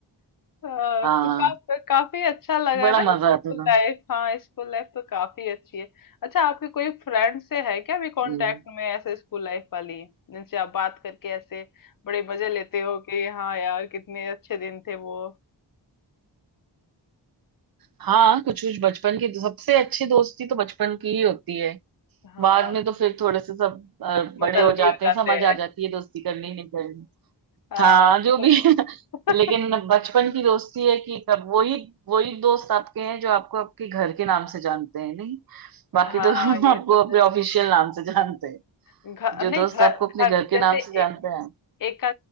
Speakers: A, on the left; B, on the right.
A: हाँ,
B: हाँ
A: तो का, काफी अच्छा लगा
B: बड़ा
A: ना
B: मजा
A: स्कूल
B: आता था
A: लाइफ हाँ स्कूल लाइफ तो काफी अच्छी है अच्छा आपके कोई फ्रेंड से है क्या भी कांटेक्ट
B: हम्म।
A: में ऐसे स्कूल लाइफ वाली जिनसे आप बात करके ऐसे बड़े मजे लेते हो कि हाँ यार कितने अच्छे दिन थे वो
B: हाँ कुछ कुछ बचपन की सबसे अच्छी दोस्ती तो बचपन की ही होती है
A: हाँ
B: बाद में तो फिर थोड़े से सब अ, बड़े
A: मतलबी
B: हो जाते
A: हो जाते
B: हैं समझ आ जाती है दोस्ती करनी नहीं
A: हाँ
B: हाँ जो
A: थोड़े
B: भी है <laughs>
A: <laughs>
B: लेकिन बचपन की दोस्ती है कि कब वही वही दोस्त आपके हैं जो आपको आपके घर के नाम से जानते हैं नहीं बाकी
A: हाँ
B: तो <laughs>
A: ये
B: आपको
A: तो
B: अपने
A: है
B: ऑफिशियल नाम से जानते हैं
A: घर
B: जो
A: नहीं
B: दोस्त
A: घर
B: आपको अपने
A: घर
B: घर के
A: जैसे
B: नाम से जानते हैं
A: एक का